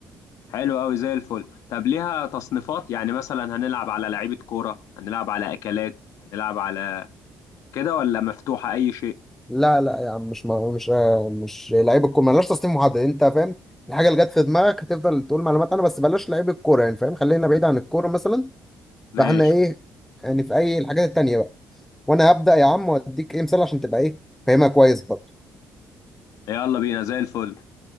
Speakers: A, on the left; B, in the centre.
A: حلو قوي زي الفل طب ليها تصنيفات يعني مثلا هنلعب على لعيبه كوره هنلعب على اكلات هنلعب على كده ولا مفتوحه اي شيء
B: لا لا يا عم مش ما مش آه، مش لعيب الكوره مالناش تصنيف محدد انت فاهم الحاجه اللي جت في دماغك هتفضل تقول معلومات انا بس بلاش لعيب الكوره يعني فاهم خلينا بعيد عن الكوره مثلا
A: ماشي
B: فاحنا ايه يعني في اي الحاجات التانيه بقى وانا هبدا يا عم واديك ايه مثال عشان تبقى ايه فاهمها كويس برضه
A: يلا بينا زي الفل